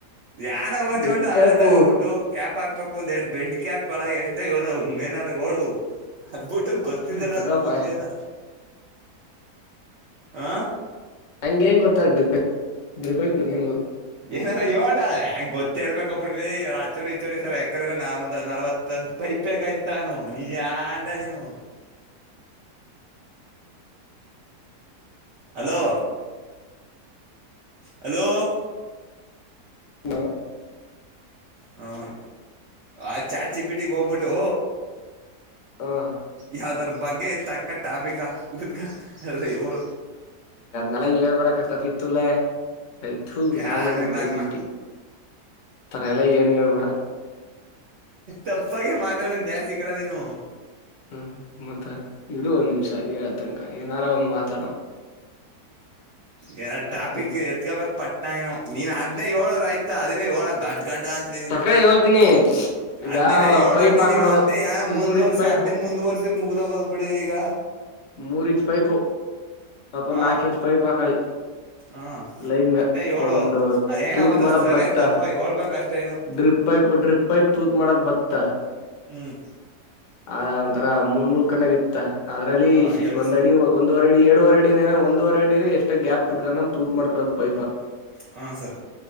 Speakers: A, on the right; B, on the left.
A: ಯಾನ ಬಂದ
B: ಡ್ರಿಪ್
A: ಹೇಳ್ಟ್ಟು ಹಳ್ಳೆ
B: ಪೈಪು
A: ತಗದ್ಬಿಟ್ಟು ಕ್ಯಾಪ್ ಹಾಕ್ಬೇಕು ಒಂದ್ ಎರಡ್ ಬೆಂಡ್ ಕ್ಯಾಪ್ಗಳ ಎಷ್ಟಏ ಮೇನಾರ ೋಳು ಅದ್ಬಿಟ್ಟ ಗೊತ್ತಿದ
B: ಹ ತಗಪ
A: ಕೂತಿಯಲ್ಲ ಆ
B: ಹಂಗ ಂಗ ಗೊತ್ತಾ್ರ ್ರಿ ನ್
A: ಏನಾರ ಇ ಗೊತ್ತಿರ್ಬೇಕ ಬಿಡ ಆಚೋರಿ ಇಚೋರಿ ಸರ್ ಎಕ್ರಗ ನ ಒಂದ ನಲ್ವತ್ ದ ಪೈಪಗಯ್ತಾನೋ ನೀ ಯಾ ಅಂಡೈನು
B: ಹ
A: ಅಲೋ ಹಲೋ
B: ನ
A: ಹಾ ಆ ಚಾಟ ಜಿಪಿಟಿಗೆ ಹೋಗ್ಬಿಟ್ಟು
B: ಆಂ
A: ಯಾವ್ದಾರ ಬಗ್ಗೆ ತಕ್ಕ ಟಾಪಿಕಾ ಕೂತ್ಕ ಏಳು
B: ನಳಗ್ ಹೇಳ್ಬಾಡಕ್ಕ ಕಪಿತ್ುಲ ಕತ್ ನಾನ್
A: ಏನಿಲ್ಲ
B: ನೋಡು ಬೋದ್ಬುಟ್ಟಿ
A: ಕಣ
B: ತರ ಎಲ್ಲ ಏನ್ ಹೇಳ್ಬೇಡ
A: ತಪ್ಪಾಗ ಮಾತಾಡೋದು ಜಾಸ್ತಿ ಕಡ ನೀನು
B: ಹ್ಮ್ ಮತ್ತ ಇರ ಒಂದ ನಿಮಿಷ ಏ ತನಕ ಏನಾರ ಒಂದು್ ಮಾತಾಡಂ
A: ಯಾರ
B: ಅದ್ಕೆ
A: ಟಾಪಿಕ್ ಎತ್ಕೋಬೇಕಕ್ ಪಟ್ಟ ನು ನೀನ್ ಅದ್ೇ ಏಳರು ಆಯತ ಅದೇ ಏಳ ಗದಡ್ ಗಡ್ಡ ಅಂತ ೇನು
B: ತಕ ಹೇಳ್ತೀನಿ ಈಗ
A: ಅದ್ನೇ ನ ಏಳುದ್ನೇ
B: ಪೈಪ್ ಹಾಕಳದು
A: ನೀನು ಅದ್ನೇ ಯ ಮುಂದ
B: ಮೂರ್ ಇಂಚ್
A: ವರ್ಷ
B: ಪೈಪು
A: ಅದ್ನೇ ಮುಂದ್ುವರ್ಷ ಮುಗ್ದೋಗೋದ್ ಬಿಡಿದೆ ಈಗ
B: ಮೂರ್ ಇಂಚ್ ಪೈಪ್ು ಅವಾ
A: ಹಾ
B: ನಾಕು ಇಂಚ್ ಪೈಪ್ ಆಾಕಳಿ
A: ಹಾ
B: ಲೈನ್ಗ
A: ಅದ್ನೇ ಏಳು
B: ಒಂದು
A: ಏನೋ
B: ತೂತ್
A: ಒಂದು
B: ಮಾಡದ
A: ಸರಿ
B: ಬತ್ತ
A: ತಪ್ಪ ಹೇಳ್ಬೇಕಷ್ಟೇ ಏನು
B: ಡ್ರಿಪ್ ಪೈಪ್ ಡ್ರಿಪ್ ಪೈಪ್ ತೂತ್ ಮಾಡದ ಬತ್ತಾ
A: ಹ್ಮ್
B: ಆದ ಒಂಥರ ಮೂಳ್ ಮೂಳ್ ಕಣ್ಣಗ ಇತ್ತ ಅದ್ರಲ್ಲಿ
A: ಹಾ
B: ಶಶ
A: ಹೇಳಿ
B: ಒಂದಡಿ
A: ಸರ್
B: ಒಂದು ಒ ವರಡಿ ಎರಡು ವರೆಡಿನ ಒಂದ ವರೆಡಿನ ಎಷ್ಟ ಗ್ಯಾಪ್ ಪುಟ್ಕೊಂಡ ನಮ್ ತೂತ್ ಮಾಡಕೋದ ಪೈಪ
A: ಹಾಂ ಸರ್